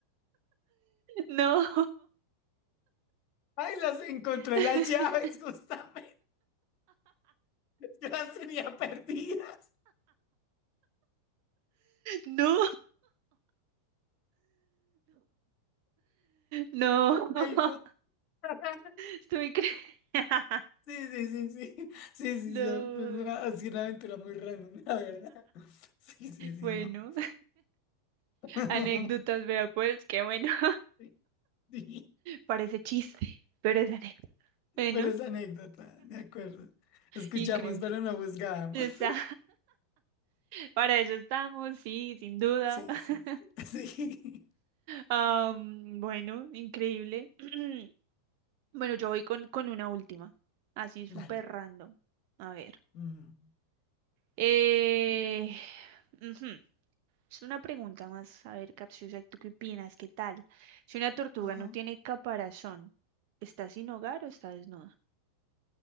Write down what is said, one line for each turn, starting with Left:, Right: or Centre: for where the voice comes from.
Right: No,
Left: Ay, las encontré
Right: <laughs>
Left: las llaves, <laughs> justamente, yo las tenía perdidas.
Right: No. no, no.
Left: Ay, no. <laughs>
Right: estuve increíble. <laughs>
Left: Sí, sí, sí, sí. Sí, sí,
Right: No.
Left: yo. Pues, ha sido una aventura muy random, la verdad. Sí, sí, sí,
Right: Bueno,
Left: no. <laughs>
Right: anécdotas, vea pues, qué bueno. <laughs>
Left: Sí, sí.
Right: Parece chiste, pero es anécdota. Bueno,
Left: Pero es anécdota, de acuerdo. Escuchamos,
Right: increíble.
Left: pero no buscábamos.
Right: Esa. Para eso estamos, sí, sin duda.
Left: Sí,
Right: <laughs>
Left: sí, sí. sí.
Right: Am, bueno, increíble. <clears throat> Bueno, yo voy con, con una última, así súper
Left: Dale.
Right: random. A ver.
Left: Mm,
Right: Eh, ujú. Es una pregunta más, a ver, capciosa, ¿tú qué opinas? ¿Qué tal? Si una tortuga
Left: Ajá.
Right: no tiene caparazón, ¿está sin hogar o está desnuda?